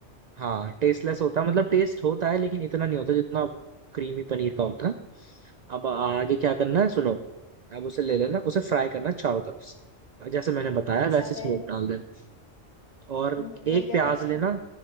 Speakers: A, on the right; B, on the left.
A: हाँ टेस्टलेस होता है मतलब टेस्ट होता है लेकिन इतना नहीं होता जितना क्रीमी पनीर का होता है अब आगे क्या करना है सुनो अब उसे ले लेना उसे फ्राई करना चारों तरफ से जैसे मैंने बताया
B: अच्छा
A: वैसे स्मोक
B: फिर
A: डाल देना और
B: हम्म,
A: एक
B: फिर क्या
A: प्याज
B: करना
A: लेना
B: है